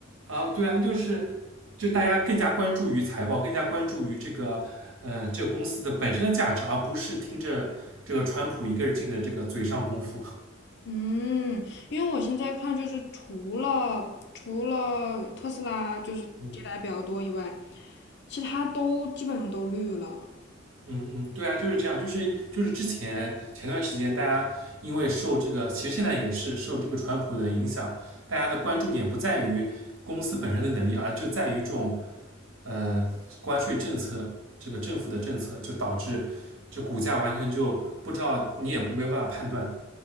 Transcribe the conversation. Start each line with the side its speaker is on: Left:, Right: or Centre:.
Right: 啊，对啊，那就是就大家更加关注于财报，更加关注于这个嗯、呃这个公司的本身的价值，而不是听着这个川普一个人劲的这个嘴上功夫。
Left: 嗯，因为我现在看就是除了除了特斯拉就是跌的还比较多以外，
Right: 嗯
Left: 其他都基本上都绿了。
Right: 嗯嗯，对啊，就是这样，就是就是之前前段时间大家因为受这个，其实现在也是受这个川普的影响，大家的关注点不在于公司本身的能力，而就在于这种呃关税政策，这个政府的政策，就导致就股价完全就不知道，你也没有办法判断